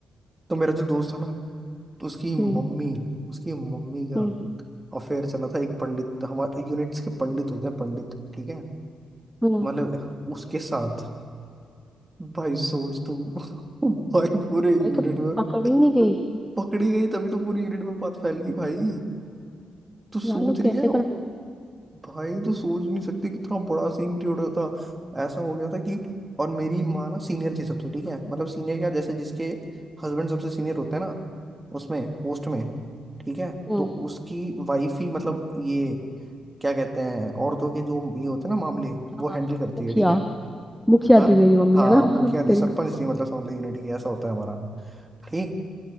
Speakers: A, on the right (about 20°); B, in the centre.
A: तो मेरा जो दोस्त था ना तो उसकी मम्मी
B: हम्म
A: उसकी मम्मी का
B: हम्म
A: अफेयर चला था एक पंडित हमारे यूनिट्स के पंडित होते हैं पंडित ठीक है
B: हम्म
A: मतलब उसके साथ भाई सोच तू <laughs> भाई पूरे यूनिट
B: भाई कभी
A: में <laughs>
B: पकड़ ही नहीं गई
A: पकड़ी गई तभी तो पूरी यूनिट में बात फैल गई भाई तू सोच
B: यार लोग
A: रही
B: कैसे
A: है
B: कर लेते
A: भाई तो सोच नहीं सकते कितना बड़ा सीन क्रिएट हुआ था ऐसा हो गया था कि और मेरी माँ ना सीनियर थी सबसे ठीक है मतलब सीनियर क्या जैसे जिसके हस्बैंड सबसे सीनियर होता है ना उसमें पोस्ट में ठीक है
B: हैं?
A: तो
B: हम्म
A: उसकी वाइफ ही मतलब ये क्या कहते हैं औरतों के जो ये होते हैं ना मामले वो
B: हाँ
A: हैंडल करती
B: मुखिया
A: है ठीक है
B: मुखिया
A: हाँ
B: थी तेरी मम्मी
A: हाँ
B: है ना <laughs>
A: मुखिया थी
B: तेरी
A: सरपंच थी मतलब समझ लो यूनिट की ऐसा होता है हमारा ठीक